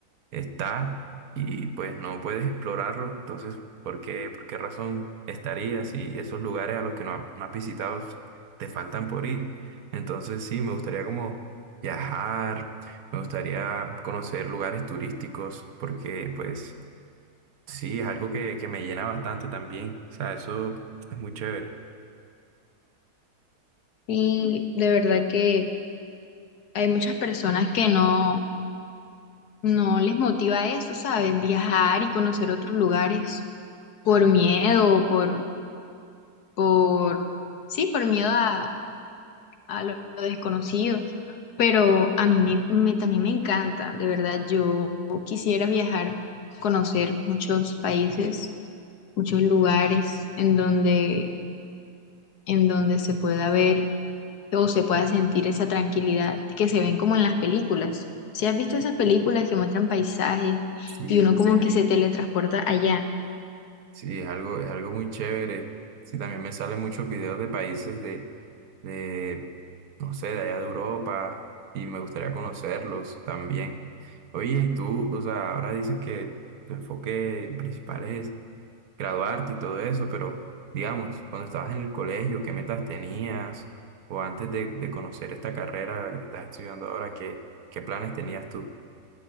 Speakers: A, on the right; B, on the left.
A: está y pues no puedes explorarlo, entonces, ¿por qué, por qué razón estarías si esos lugares a los que no, ha- no has visitado te faltan por ir? Entonces, sí, me gustaría como viajar, me gustaría conocer lugares turísticos, porque pues sí, es algo que, que me llena bastante también, o sea, eso es muy chévere.
B: Y de verdad que hay muchas personas que no, no les motiva eso, ¿sabes? Viajar y conocer otros lugares por miedo, por por, sí, por miedo a, a lo desconocido, pero a mí me, me- también me encanta, de verdad, yo quisiera viajar, conocer muchos países, muchos lugares en donde, en donde se pueda ver o se pueda sentir esa tranquilidad que se ven como en las películas. Si has visto esas películas que muestran paisajes
A: Sí.
B: y uno Sí. como que se teletransporta allá?
A: Sí, es algo, es algo muy chévere. Sí, también me salen muchos videos de países de, de, no sé, de allá de Europa y me gustaría conocerlos también. Oye, y tú, o sea, ahora dices que tu enfoque principal es graduarte y todo eso, pero digamos, cuando estabas en el colegio, ¿qué metas tenías? O antes de, de conocer esta carrera que estás estudiando ahora, ¿qué, qué planes tenías tú?